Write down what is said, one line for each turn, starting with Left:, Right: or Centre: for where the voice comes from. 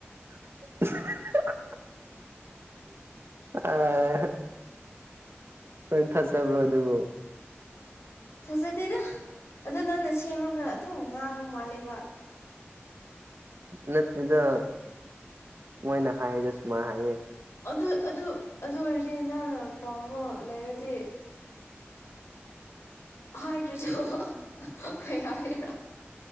Right: <unintelligible> ꯑ <unintelligible> ꯊꯖꯕ꯭ꯔꯣ ꯑꯗꯨꯕꯨ
Left: ꯊꯥꯖꯗꯦꯗ ꯑꯗꯣ ꯅꯪꯅ ꯁꯦꯝꯔꯒ ꯑꯗꯨ ꯉꯥꯡꯕ ꯃꯥꯜꯂꯦꯕ
Right: ꯅꯠꯇꯦꯗ ꯃꯣꯏꯅ ꯍꯥꯏꯌꯦꯗ ꯁꯨꯃꯥꯏꯅ ꯍꯥꯏꯌꯦ
Left: ꯑꯗꯨ ꯑꯗꯨ ꯑꯗꯨ ꯑꯣꯏꯔꯗꯤ ꯅꯅ ꯄꯥꯝꯕ ꯂꯩꯔꯗꯤ ꯍꯥꯏꯗ꯭ꯔꯁꯨ <unintelligible> ꯀꯩ ꯍꯥꯏꯒꯦꯔꯥ